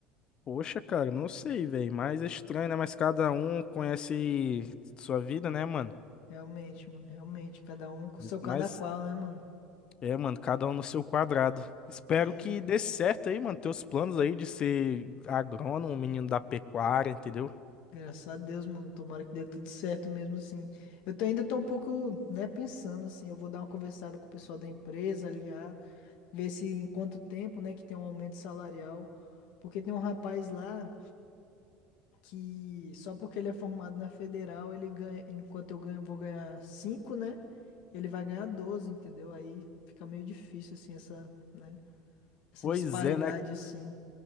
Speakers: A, on the left (about 45°); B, on the left (about 65°).
A: Poxa, cara, não sei, velho. Mas é estranho, né? Mas cada um conhece sua vida, né, mano?
B: Realmente, mano, realmente. Cada um com seu cada
A: Mas
B: qual, né, mano?
A: é, mano, cada um no seu quadrado. Espero
B: É,
A: que dê certo aí, mano. Teus planos aí de ser agrônomo, menino da pecuária, entendeu?
B: graças a Deus, mano. Tomara que dê tudo certo mesmo, assim. Eu tô, ainda tô um pouco, né, pensando, assim. Eu vou dar uma conversada com o pessoal da empresa, alinhar. ver se em quanto tempo, né, que tem um aumento salarial. Porque tem um rapaz lá que só porque ele é formado na federal, ele ganha, enquanto eu ganho, vou ganhar cinco né? Ele vai ganhar doze entendeu? Aí fica meio difícil assim essa, né, essa
A: Pois
B: disparidade
A: é, né?
B: assim.